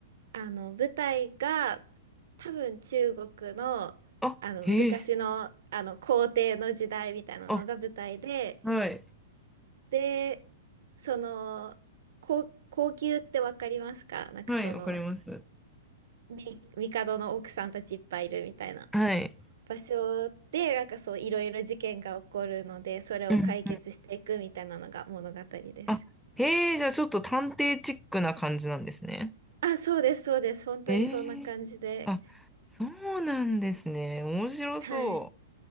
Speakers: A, on the right (about 70°); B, in the centre.
A: あの、舞台が多分中国の、
B: あ、
A: あの、
B: へえ。
A: 昔の、あの、皇帝の時代みたいなのが舞台で、
B: あ、はい。
A: で、その、こ皇宮ってわかりますかなんかその、
B: はい、わかります。
A: み、帝の奥さんたちいっぱいいるみたいな
B: はい。
A: 場所で、なんかそう、いろいろ事件が起こるので、それを解決していくみたいなのが物語です。
B: うん。あ、へえ、じゃあちょっと探偵チックな感じなんですね。
A: あ、そうです、そうです。本当にそんな感じで。
B: ええ、あ、そうなんですね。面白そ
A: はい。